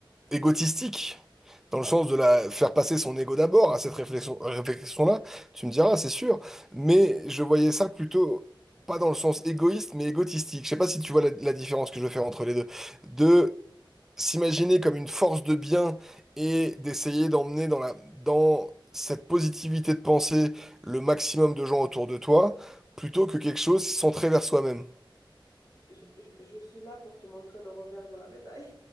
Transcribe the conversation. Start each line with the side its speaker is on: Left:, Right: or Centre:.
Centre: égotistique, dans le sens de la faire passer son ego d'abord à cette réflexion, réflexion-là. Tu me diras, c'est sûr, mais je voyais ça plutôt pas dans le sens égoïste, mais égotistique. Je sais pas si tu vois la, la différence que je veux faire entre les deux. De s'imaginer comme une force de bien et d'essayer d'emmener dans la, dans cette positivité de pensée le maximum de gens autour de toi, plutôt que quelque chose centré vers soi-même.
Left: je, je- je suis là pour te montrer le revers de la médaille.